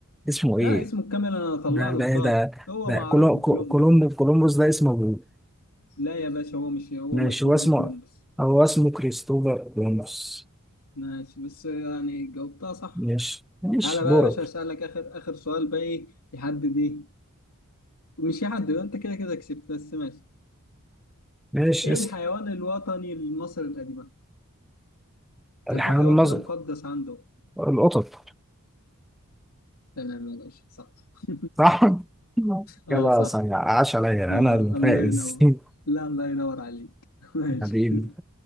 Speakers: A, in the centre; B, on the left.
A: اسمه ايه
B: لا اسمه الكامل انا هطلع
A: ده
B: له
A: ده
B: بطاقة
A: إيه ده,
B: هو
A: ده
B: معروف
A: كولو-
B: بكولومبوس
A: كو- كولومبو كولومبوس ده اسمه ابوه
B: لا يا باشا هو مش هو
A: ماشي
B: مشهور
A: هو اسمه
B: بكولومبوس
A: هو اسمه كريستوفر كولومبوس
B: ماشي بس يعني جاوبتها صح
A: ماشي ماشي
B: تعالى بقى
A: دورك
B: يا باشا هسألك آخر آخر سؤال بقى إيه يحدد إيه مش يحدد أنت كده كده كسبت بس ماشي
A: ماشي
B: إيه
A: اسأل
B: الحيوان الوطني لمصر القديمة؟ كان
A: الحيوان
B: في حيوان
A: المظر
B: كده مقدس عنده
A: القطط
B: تمام يا باشا صح <laughs>
A: صح <laughs>
B: آه
A: كده
B: صح
A: صحيح عاش عليا
B: آه
A: انا الفائز
B: الله ينور
A: <laughs>
B: لا الله ينور عليك <laughs> ماشي
A: حبيبي